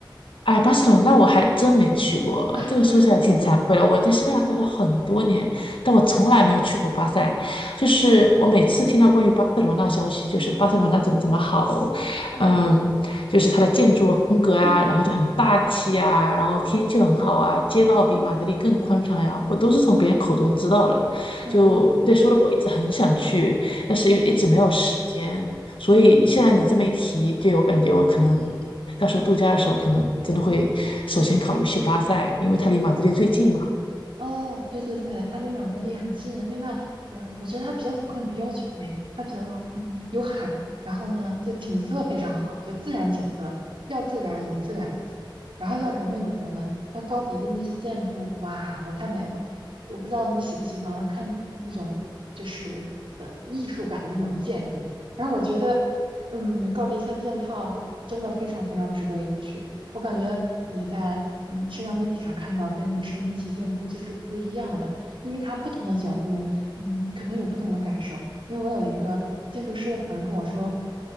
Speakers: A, on the left (about 85°); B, on the right (about 80°).
A: 哎，巴塞罗那我还真没去过，
B: 对吧？<laughs> 啊，
A: 这个说起来挺惭愧的。
B: 你还没去过。
A: 我在西班牙待了很多年，但我从来没有去过巴塞。就是我每次听到关于巴塞罗那消息，
B: 嗯
A: 就是巴塞罗那怎么怎么好，
B: 嗯，
A: 嗯，就是它的建筑风格啊，
B: 小童，<laughs> 嗯
A: 然后就很大气啊，然后天气很好啊，街道比马德里更宽敞呀，我都是从别人口中知道的。
B: 嗯。
A: 就对，说的我一直很想去，但是又一直没有时间。
B: 嗯
A: 所以现在你这么一提，对我感觉我可能到时候度假的时候，可能真的会首先考虑去巴塞，因为它离马德里最近嘛。
B: 哦，对对对，它离马德里很近。另外，嗯，我觉得它比较符合你的要求诶，它比较嗯有海，然后呢就景色非常好，就自然景色，要自然有自然的景，然后要人文有人文。那高迪的那些建筑，哇，都太美了。我不知道你喜不喜欢看那种就是呃艺术感的那种建筑。然后我觉得，嗯，高迪三件套真的非常非常值得一去。我感觉你在嗯社交媒体上看到跟你身临其境估计是不一样的，因为它不同的角度，嗯，可能有不同的感受。因为我有一个建筑师的朋友跟我说，